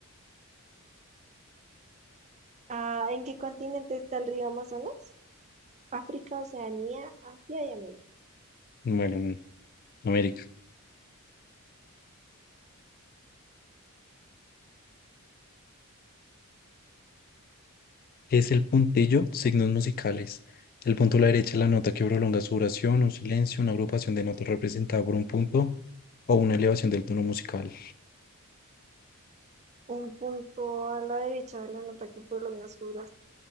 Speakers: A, on the right; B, on the left.
A: Ah, ¿en qué continente está el río Amazonas? África, Oceanía, Asia y América.
B: Bueno, en América. ¿Qué es el puntillo? Signos musicales. El punto a la derecha es la nota que prolonga su oración, un silencio, una agrupación de notas representada por un punto o una elevación del tono musical.
A: Un punto a la derecha de la nota que por lo menos juro